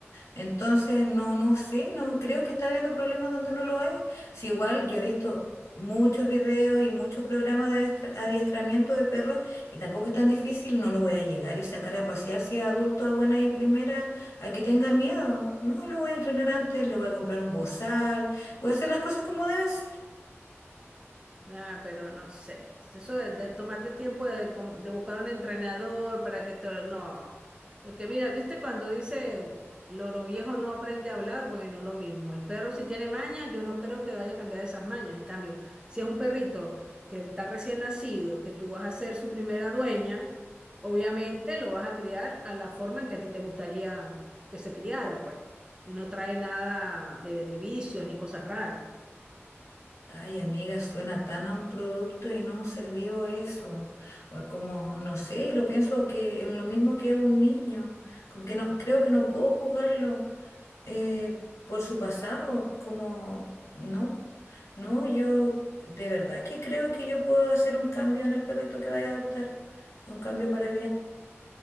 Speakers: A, on the left; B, on the right.
A: Entonces, no, no sé, no creo que está habiendo problemas donde no lo hay. Si igual yo he visto muchos videos y muchos programas de adiestra- adiestramiento de perros, y tampoco es tan difícil, no lo voy a llegar y sacar a pasear si es adulto a buena y primera a que tenga miedo. No, lo voy a entrenar antes, le voy a comprar un bozal, voy a hacer las cosas como deben ser.
B: Ah, pero no sé, eso de, de tomarte el tiempo de, com- de buscar un entrenador para que te... No, porque mira, viste cuando dice el oro viejo no aprende a hablar, bueno, lo mismo, el perro si tiene mañas, yo no creo que vaya a cambiar esas mañas, en cambio, si es un perrito que está recién nacido, que tú vas a ser su primera dueña, obviamente lo vas a criar a la forma en que a ti te gustaría que se criara, pues, y no trae nada de, de vicios ni cosas raras.
A: Ay, amiga, suena tan a un producto y no a un ser vivo eso. O como, no sé, lo pienso que lo mismo que un niño. Como que no, creo que no puedo juzgarlo eh, por su pasado. Como, no, no, yo de verdad que creo que yo puedo hacer un cambio en el perrito que vaya a adoptar. Un cambio para bien.